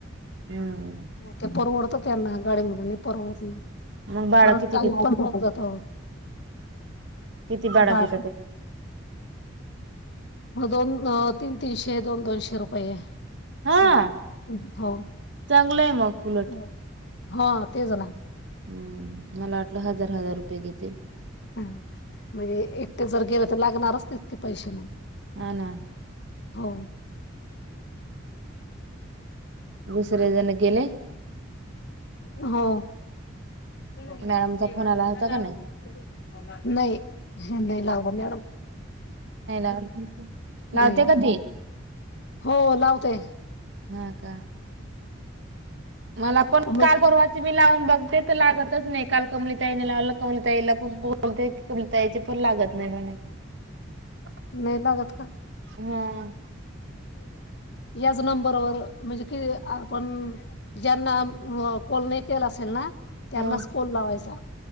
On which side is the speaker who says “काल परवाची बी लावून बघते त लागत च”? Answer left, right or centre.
Right